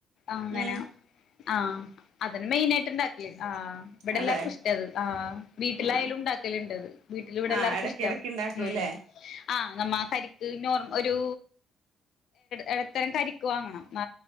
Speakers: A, on the left (about 70°); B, on the right (about 85°).
A: അങ്ങനെ
B: ഉം
A: ആഹ അതെ മെയിന് ആയിട്ട് ഉണ്ടാക്കല് ആ ഇവിടെ
B: അതെ
A: എല്ലാവർക്കും ഇഷ്ട അത് ആ വീട്ടിലായാലും
B: ആഹ്
A: ഉണ്ടാക്കലുണ്ടത് വീട്ടിൽ ഇവിടെ
B: ആഹ്
A: എല്ലാവർക്കും
B: എടക്കിടക്ക്
A: ഇഷ്ട
B: ഇണ്ടാക്കൂല്ലേ
A: ഉ ആഹ് നമ്മ കരിക്ക് നോർ- ഒരു ഇടത്തരം കരിക്ക് വാങ്ങണം